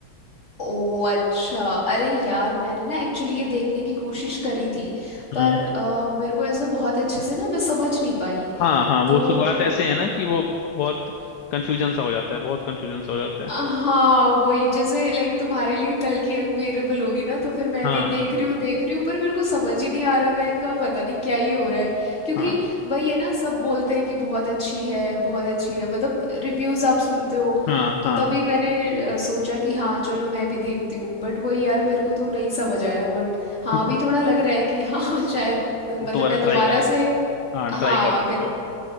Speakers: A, on the left; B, on the left.
A: ओ अच्छा अरे यार मैंने ना एक्चुअली ये देखने की कोशिश करी थी पर
B: हम्म
A: अ, मेरे को ऐसे बहुत अच्छे से ना मैं समझ नहीं पाई
B: हाँ हाँ
A: तो
B: वो शुरुआत ऐसे
A: <laughs>
B: है ना कि वो बहुत कंफ्यूजन सा हो जाता है बहुत कंफ्यूजन सा हो जाता है
A: हाँ वही जैसे लाइक तुम्हारे लिए कल की अनबियरेबल होगी ना तो फिर मैं
B: हाँ
A: भी देख रही हूँ देख रही हूँ पर मेरे को समझ ही नहीं आ रहा मैं का पता नहीं क्या ही हो रहा है क्योंकि
B: हाँ
A: वही है ना सब बोलते हैं कि बहुत अच्छी है बहुत अच्छी है मतलब रिव्यूज आप सुनते हो
B: हाँ
A: तो
B: हाँ
A: तभी मैंने अ, सोचा कि हाँ चलो मैं भी देखती हूँ बट वही यार मेरे को तो नहीं समझ आया बट हाँ
B: <laughs>
A: अभी थोड़ा लग रहा है कि हाँ <laughs> शायद मतलब
B: दोबारा
A: मैं दोबारा
B: ट्राई कर
A: से
B: हाँ
A: हाँ
B: ट्राई कर सकते
A: अगर
B: हो